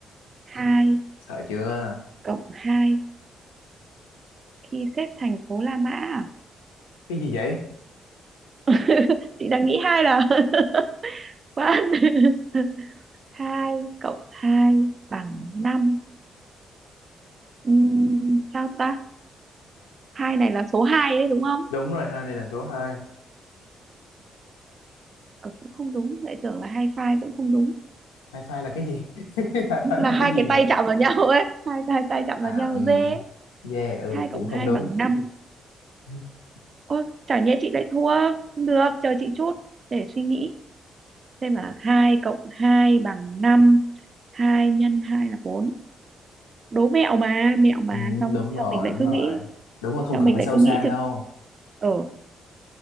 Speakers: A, on the right; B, on the left.
A: hai
B: sợ chưa?
A: cộng 2 khi xếp thành số La Mã à?
B: Cái gì vậy?
A: <laughs> Chị đang nghĩ hai là <laughs> quá <laughs> hai cộng 2 bằng năm Ừm, sao ta? Hai này là số hai đấy đúng không?
B: Đúng rồi, hai này là số hai
A: Ờ, cũng không đúng, lại tưởng là hai phai cũng không đúng.
B: hai phai là cái gì? <laughs> hai phai
A: Là
B: là
A: hai
B: cái gì
A: cái
B: nữa?
A: tay chạm vào nhau ấy, hai hai tay chạm
B: À,
A: vào nhau
B: ừ,
A: dê.
B: yeah, ừ,
A: hai
B: cũng
A: cộng
B: không
A: 2
B: đúng.
A: bằng năm
B: <laughs>
A: Ô, chả nhẽ chị lại thua. Không được, chờ chị chút để suy nghĩ. Xem là 2 cộng 2 bằng năm hai nhân 2 là bốn Đố mẹo mà, mẹo mà
B: Ừ,
A: xong
B: đúng
A: sao
B: rồi,
A: mình lại
B: đúng
A: cứ
B: rồi.
A: nghĩ
B: Đúng rồi, không
A: sao
B: cần
A: mình
B: phải
A: lại
B: sâu
A: cứ
B: xa
A: nghĩ
B: đâu.
A: chừng ở